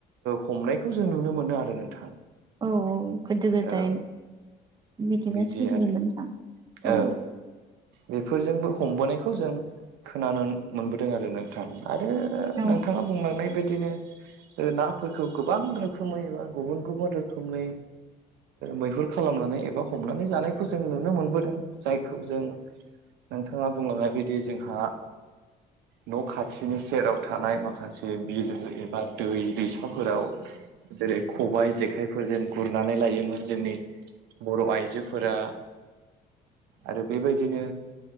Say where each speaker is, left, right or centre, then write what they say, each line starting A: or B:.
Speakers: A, on the right; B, on the right.
A: हमनायखौ जों नुनो मोनो आरो नोंथां
B: औ औ गोदो गोदाय
A: औ
B: बिदिनो
A: बिदि
B: <unintelligible>
A: आरो औ बेफोरजोंबो हमबोनायखौ जों खोनानो मोनबोदों आरो नोंथां आरो
B: औ
A: नोंथाङा बुंलांनाय बे बिदिनो नाफोरखौ गोबां रोखोमै एबा गुबुन गुबुन रोखोमनि मैहुर खालामनानै एबा हमनानै जानायखौ जों नुनो मोनबोदों जायखौ जों नोंथाङा बुंलांनाय बायदि जोंहा न' खाथिनि सेराव थानाय माखासे बिलो एबा दै दैसाफोराव जेरै खबाइ जेखाइफोरजों गुरनानै लायोमोन जोंनि बर' आइजो फोरा आरो बेबायदिनो